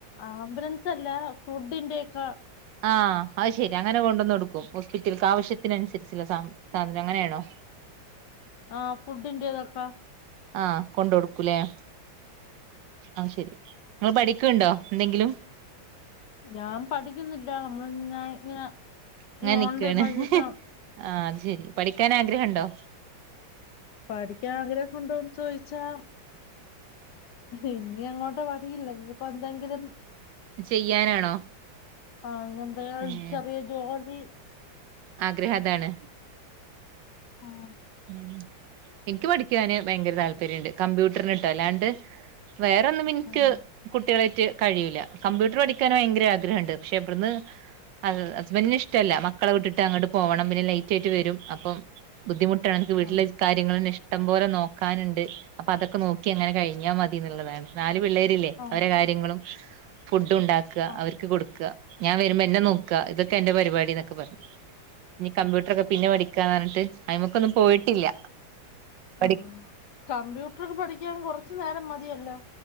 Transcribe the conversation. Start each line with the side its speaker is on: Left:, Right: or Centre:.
Left: ആംബലൻസ് അല്ല ഫുഡിന്റെ ഒക്കെ
Right: ആഹ് അത് ശെരി അങ്ങനെ കൊണ്ടന്ന് കൊടുക്കും ഹോസ്പിറ്റൽസ് ആവശ്യത്തിനനുസരിച്ചുള്ള സാ സാധനം അങ്ങനെയാണോ
Left: ആഹ് ഫുഡിൻ്റെതൊക്കാ
Right: ആഹ് കൊണ്ട് കൊടുക്കൂലേ ആഹ് അത് ശരി നിങ്ങൾ പഠിക്കണ്ടോ എന്തെങ്കിലും
Left: ഞാൻ പഠിക്കുന്നില്ല നമ്മൾ ഇ ഇങ്ങനെ
Right: അങ്ങനെ നിക്കുവാണ്
Left: ഓൺലൈൻ വഴിയൊക്കെ
Right: ആഹ് അത് ശെരി പഠിക്കാൻ ആഗ്രഹമുണ്ടോ
Left: പഠിക്കാൻ ആഗ്രഹമുണ്ടോന്ന് ചോയിച്ചാ ഇനി അങ്ങോട്ട് പഠിയില്ല ഇനിയപ്പോ എന്തെങ്കിലും
Right: ചെയ്യാനാണോ
Left: <unintelligible>
Right: ഏഹ്
Left: ചെറിയ ജോലി
Right: ആഗ്രഹം അതാണ്
Left: ഉം
Right: ഉം എനിക്ക് പഠിക്കാന് ഭയങ്കര താല്പര്യമുണ്ട് കമ്പ്യൂട്ടറിന് ഇട്ടോ അല്ലാണ്ട് വേറെന്നും എനിക്ക്
Left: ഉം
Right: കുട്ടികളായിട്ട് കഴിയൂല്ല കമ്പ്യൂട്ടർ പഠിക്കാൻ ഭയങ്കര ആഗ്രഹം ഉണ്ട് പക്ഷെ ഇവിടന്ന് അ ഹസ്ബൻ്റിന് ഇഷ്ടമല്ല മക്കളെ വിട്ടിട്ട് അങ്ങോട്ട് പോവണം പിന്നെ ലേറ്റ് ആയിട്ട് വരും അപ്പം ബുദ്ധിമുട്ട് എനിക്ക് വീട്ടില്
Left: ഉം
Right: കാര്യങ്ങള് ഇഷ്ടം പോലെ നോക്കാനുണ്ട് അപ്പോ അതൊക്കെ നോക്കി അങ്ങനെ കഴിഞ്ഞാൽ മതി എന്നുള്ളതാണ് പിള്ളേരില്ലേ
Left: ആ
Right: അവരെ കാര്യങ്ങളും ഫുഡ് ഉണ്ടാക്ക
Left: ആ
Right: അവർക്ക് കൊടുക്കുക ഞാൻ വരുമ്പോ എന്നെ നോക്കുക ഇതൊക്കെ എന്റെ പരിപാടി എന്നൊക്കെ പറഞ്ഞു നീ കമ്പ്യൂട്ടർ ഒക്കെ പിന്നെ പഠിക്ക പഠിക്കാന്ന് പറഞ്ഞിട്ട് അയിമക്ക ഒന്നും പോയിട്ടില്ല പഠി
Left: ആഹ് കമ്പ്യൂട്ടർ പഠിക്കാൻ കൊറച്ചു നേരം മതിയല്ലോ